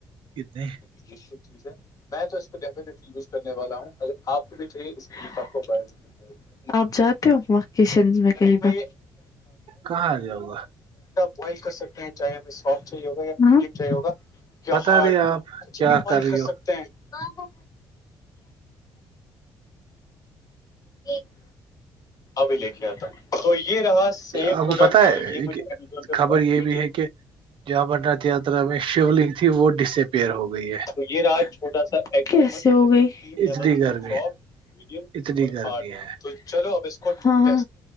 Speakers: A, on the right; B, on the left.
A: کتنے
B: <inaudible> میں تو اس کو ڈیفٹلی یزنے والا ہوں اگر آپ کو بھی چاہیے اسیے اپ جاتے ہو وکیشنس کہی پر
A: کہاں آ جاؤ گا
B: بوائل کر سکتے ہیں چاہے ہمیں ساف چاہیے چاہی ہوگا کیا
A: پتا
B: ہارڈ
A: نہیں آپ
B: کچھ
A: کیا
B: بھی پائی
A: رہی
B: کر
A: ہو
B: سکتے ہیں <unintelligible> اویلے کیا تھا تو یہ رہا سیم
A: آپ
B: پروڈکٹ
A: کو پتا ہے
B: اور یہ مجھے امیزون پہ
A: خبر
B: ون
A: یہ
B: ای
A: بھی ہے کہ جو امرناتھ یاترا میں شیولنگ تھی وہ ڈسپیئر ہو گئی ہے
B: <unintelligible> یہ راج چھوٹا سا کیسے ہو گئی
A: اتنی
B: لیولس
A: گرمی
B: ہیں سافٹ
A: ہے
B: میڈیم
A: اتنی
B: اور
A: گرمی
B: ہارڈ
A: ہے
B: تو چلو اب اس کو ہاں